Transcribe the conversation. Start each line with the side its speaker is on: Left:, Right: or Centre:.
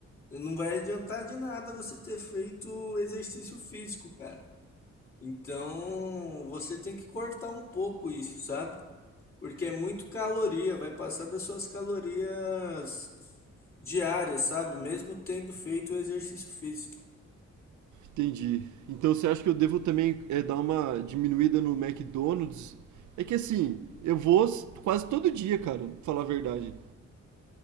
Left: Não vai adiantar de nada você ter feito exercício físico, cara. Então, você tem que cortar um pouco isso, sabe? Porque é muito caloria, vai passar das suas calorias diárias, sabe? Mesmo tendo feito o exercício físico.
Right: Entendi. Então você acha que eu devo também eh, dar uma diminuída no McDonald's? É que assim, eu vou s- quase todo dia, cara, pra falar a verdade.